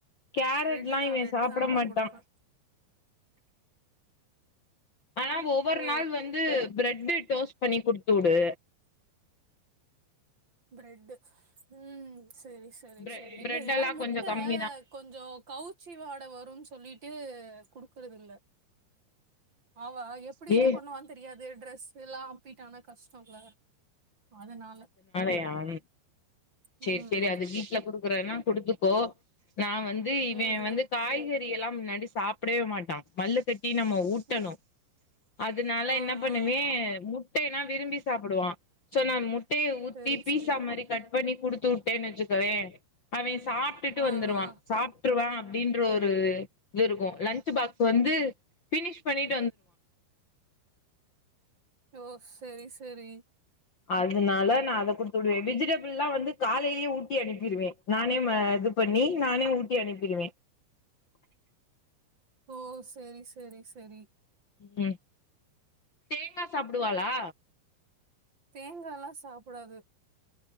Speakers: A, on the left; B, on the right.
A: கேரட்லா
B: ரெட்டு தா
A: இவன்
B: ரெட்டு
A: சாப்ட
B: தா நானு
A: மாட்டா
B: குடுப்பே
A: ஆனா ஒவ்வொரு
B: ஓ
A: நாள் வந்து பிரெட் டோஸ்ட் பண்ணி குடுத்துவுடு
B: பிரெட் உம் செரி செரி
A: பிரெ
B: செரி இல்ல
A: பிரெட்
B: ஏன்னா
A: எல்லா
B: முட்ட
A: கொஞ்சோ கம்மி தா
B: கொஞ்சம் கவுச்சி வாட வரும்னு சொல்லிட்டு ட்டு குடுக்கறது இல்ல அவ எப்டி
A: ஏ
B: இது பண்ணுவான்னு தெரியாது ட்ரெஸ் எல்லாம் அப்பிட்ட ஆனா கஷ்டம்ல அதனால
A: <unintelligible>
B: ம்
A: சேரி சேரி அது வீட்ல குடுக்கறதுனா குடுத்துக்கோ நா வந் து
B: ம்
A: இவ வந்து
B: ம்
A: காய்கறி எல்லா முன்னாடி சாப்பிடவே மாட்டா மல்லுக்கட்டி நம்ம ஊட்டணும்
B: ம்
A: அதனால
B: ஆ
A: என்ன பண்ணுவே
B: ஆ
A: முட்டைனா விரும்பி சாப்பிடுவான் சோ நா மு <unintelligible> ஊத்தி
B: செரி
A: பீட்சா
B: செரி
A: மாரி கட் பண்ணி குடுத்து வுட்டேன்னு வச்சுக்கவே அவ <unintelligible> சாப்பிட்டு
B: ஆ
A: வந்துருவான்
B: ஆ
A: சாப்பிட்ருவான் அப்டின்ற ஒரு இது இருக்கும் லன்ச் பாக்ஸ் வந்து ஃபினிஷ் பண்ணிட்
B: ஓ செரி செரி
A: அதனால நா அத குடுத்து விடுவே வெஜிடபிள்லா வந்து காலைலயே ஊட்டி அனுப்பிருவே நானே ஆ இது பண்ணி நானே ஊட்டி அனுப்பிடுவே
B: ஓ செரி செரி செரி
A: ம் ம் தேங்கா சாப்டுவாளா
B: தேங்கா எல்லாம் சாப்பிடாது